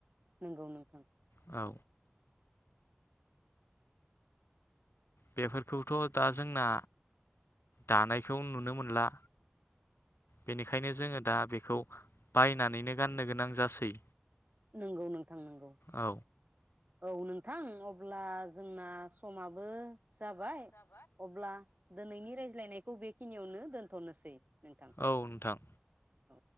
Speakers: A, on the right; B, on the left.
A: नंगौ नोंथां
B: औ बेफोरखौथ' दा जोंना दानायखौ नुनो मोनला बेनिखायनो जोङो दा बेखौ बायनानैनो गाननो गोनां जासै
A: नंगौ नोंथां नंगौ
B: औ
A: औ नोंथां अब्ला जोंना समाबो जाबाय अब्ला दिनैनि रायज्लायनायखौ बेखिनियावनो दोनथ'नोसै नोंथां
B: औ नोंथां
A: औ